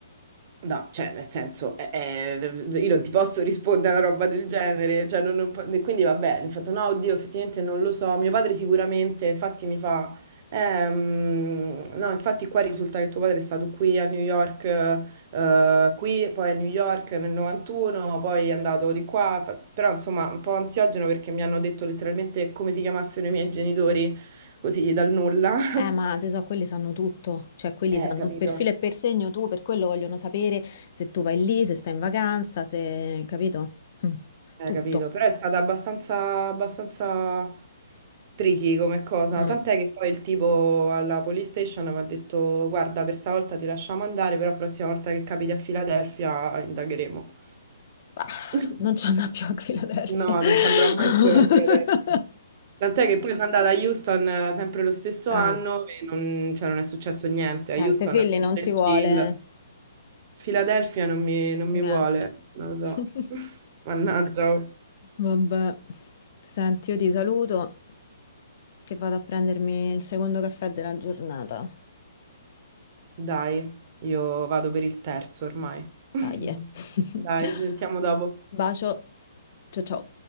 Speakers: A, on the right (about 35°); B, on the left (about 40°).
A: No, cioè, nel senso, eh, eh, io non ti posso rispondere a una roba del genere, cioè, non- non po- e quindi vabbè, mi fatto no, oddio, effettivamente non lo so, mio padre sicuramente, infatti mi fa, ehm, no, infatti qua risulta che tuo padre è stato qui a New York, eh, qui, poi a New York nel 91, poi è andato di qua, fa- però insomma un po' ansiogeno perché mi hanno detto letteralmente come si chiamassero i miei genitori, così dal nulla. <laughs>
B: Eh, ma te so, quelli sanno tutto, cioè quelli
A: Eh,
B: sanno
A: capito,
B: per filo e per segno tu, per quello vogliono sapere se tu vai lì, se stai in vacanza, se... capito? Mm,
A: eh,
B: Tutto.
A: capito, però è stata abbastanza, abbastanza. tricky come cosa,
B: Mm,
A: tant'è che poi il tipo alla police station mi ha detto guarda, per stavolta ti lasciamo andare, però la prossima volta che capiti a Filadelfia indagheremo.
B: Bah,
A: <laughs>
B: non c'è una più a Philadelphia.
A: No,
B: <laughs>
A: non ci andrò mai più a Filadelfia. Tant'è che poi sono andata a Houston eh, sempre lo stesso
B: Eh,
A: anno e non, cioè, non è successo niente. A
B: niente,
A: Houston
B: Philly
A: è più
B: non
A: del
B: ti vuole
A: chill. Filadelfia non mi, non mi
B: niente.
A: vuole, non lo
B: <laughs>
A: so. <laughs> Mannaggia.
B: Vabbè, Senti, io ti saluto che vado a prendermi il secondo caffè della giornata.
A: Dai, io vado per il terzo ormai. <laughs>
B: Dai. eh. <laughs>
A: Dai, ci sentiamo dopo.
B: Bacio. Ciao ciao.